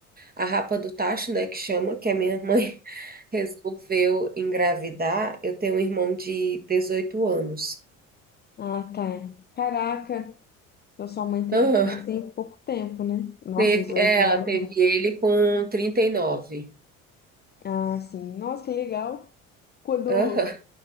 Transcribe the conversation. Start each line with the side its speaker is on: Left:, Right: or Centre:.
Right: a rapa do tacho, né? Que chama, que a minha mãe <laughs> resolveu engravidar. Eu tenho um irmão de 18 anos.
Left: Ah, tá. Caraca, então sua mãe teve
Right: Aham.
Left: filho tem pouco tempo, né? Nossa,
Right: Teve,
Left: 18
Right: é, ela
Left: anos.
Right: teve ele com trinta e nove
Left: Ah, sim. Nossa, que legal. Quando,
Right: Aham,